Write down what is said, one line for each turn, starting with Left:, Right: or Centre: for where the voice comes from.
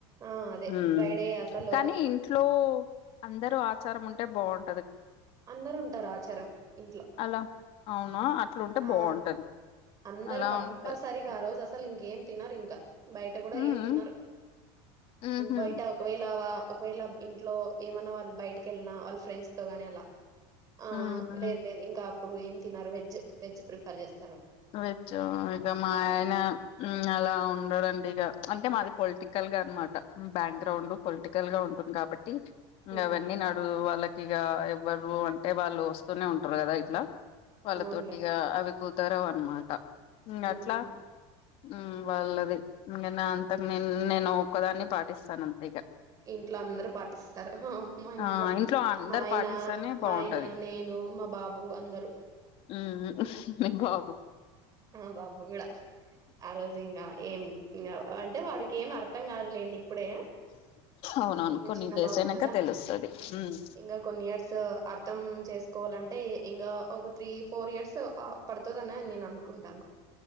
Right: ఆ అదే
Left: హ్మ్
Right: ఫ్రైడే అసలు
Left: కానీ ఇంట్లో అందరూ ఆచారం ఉంటే బాగుం
Right: అందరూ ఉంటారు ఆచారం ఇంట్లో
Left: అలా అవునా అట్లుంటే
Right: ఆ
Left: బాగుంటది
Right: అందరు
Left: అలా
Right: కంపల్సరిగా
Left: ఉంటే
Right: ఆ రోజు అసలు ఇంకేం తినరు ఇంకా బయట కూడా
Left: ఉహు
Right: ఏం తినరు
Left: ఉహు
Right: బయట ఒకవేళ వా ఒకవేళ ఇంట్లో ఏమన్నా వాళ్ళు బయటకి వెళ్ళినా వాళ్ళ ఫ్రెండ్స్ తో గాని అలా ఆ
Left: ఉహు
Right: లేదు లేదు ఇంకా అప్పుడు ఏం తినరు వెజ్ వెజ్ ప్రిఫర్ చేస్
Left: వెజ్ ఆ ఇగ మా ఆయన ఉమ్ అలా ఉండడండి ఇగ అంటే మాది పొలిటికల్ గా అనమాట బ్యాక్ గ్రౌండు పొలిటికల్ గా ఉంటుంది కాబట్ ఇంగ
Right: ఉహు
Left: అవన్నీ నడూ వాళ్ళ తోగా ఎవ్వరు అంటే వాళ్ళు వస్తూనే ఉంటారు కదా ఇట్లా వాళ్ళతోటి
Right: అవునులే
Left: ఇగా అవి కు దరవు అన్నమాట ఇంగ
Right: హ్మ్.
Left: అట్లా ఉమ్ వాళ్ళది ఇంగ నా అంతకు నేన్ నేను ఒక్కదాన్నే పాటిస్తాను అంతే ఇగ
Right: ఇంట్లో అందరూ పాటిస్తారు హోం మా
Left: ఆ
Right: ఇంట్లో
Left: అందరు
Right: మా ఆయన
Left: పాటిస్తానే
Right: మా
Left: బాగుంటది
Right: ఆయన నేను మా బాబు అందరూ
Left: ఉమ్ ఉఫ్ మీ బా
Right: ఆ బాబు గూడా ఆ రోజు ఇంగ ఏం ఇంగ అంటే వాడికి ఏం అర్థం కాదులేండి ఇప్పుడే
Left: అవునవును
Right: ఇంగ
Left: కొన్ని
Right: చిన్న
Left: డేస్
Right: బాబు
Left: అయినాక
Right: గదా
Left: తెలుస్తది ఉమ్
Right: ఇంకా కొన్ని ఇయర్స్ అర్థం ఉమ్ చేసుకోవాలంటే ఇంగా ఒక త్రీ ఫోర్ ఇయర్స్ ఆ పడుతుదినే నేను అనుకుంటాన్నా